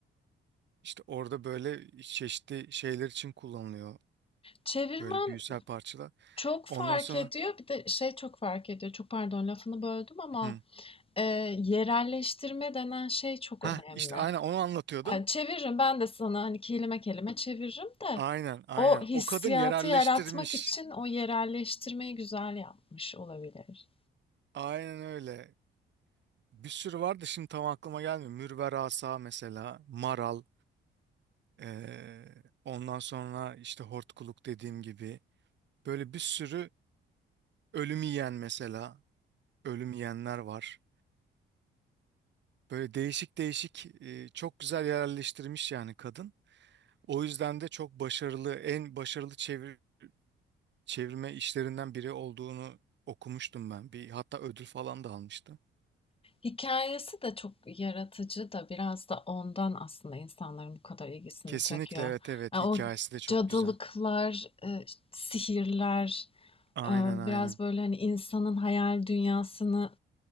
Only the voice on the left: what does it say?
Çevirmen
çok fark
ediyor. Bir de şey çok fark ediyor. Çok pardon lafını böldüm ama,
eee, yerelleştirme denen şey çok
önemli.
Yani çeviririm ben de sana hani kelime kelime çeviririm de
o hissiyatı
yaratmak için o yerelleştirmeyi güzel yapmış olabilir.
Hikayesi de çok yaratıcı da biraz da ondan aslında insanların bu kadar ilgisini
çekiyor.
Ya
o
cadılıklar,
e, sihirler,
e,
biraz böyle hani insanın hayal dünyasını